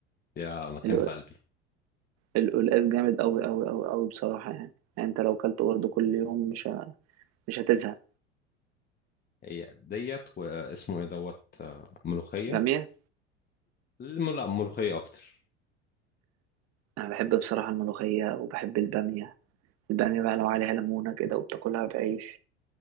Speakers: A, on the left (about 30°); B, on the right (about 45°).
A: دي مكان
B: ال-
A: في قلبي
B: ال- القلقاس جامد قوي قوي قوي قوي بصراحه يعني. يعني انت لو اكلته برضه كل يوم مش ه... مش هتزهق
A: هي ديت واسمه ايه دوت آه، ملوخيه
B: باميه
A: الم- لا ملوخيه اكتر
B: انا بحب بصراحه الملوخيه وبحب الباميه الباميه بقى لو عليها ليمونه كده وبتاكلها بعيش